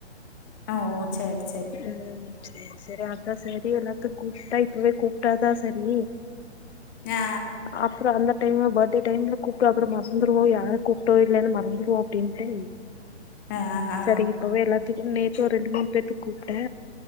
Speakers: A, on the left; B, on the left.
A: ஆ ஓ சேரி
B: ம் செர் செரி அதா செரி எல்லாத்தையு கூப்ட்டா இப்பவே கூப்ட்டாதா செரி
A: ஆ
B: அப்றோ அந்த டைம்ல பர்த்டே டைம்ல கூப்ட்டா அப்றோ மறந்துருவோ யார கூப்ட்டோ இல்லன் மறந்துருவோ அப்டின்ட்டு
A: ஆஹா
B: சரி இப்பவே எல்லாத்துக்கு நேத்து ஒரு ரெண்டு மூணு பேத்துக்கு கூப்ட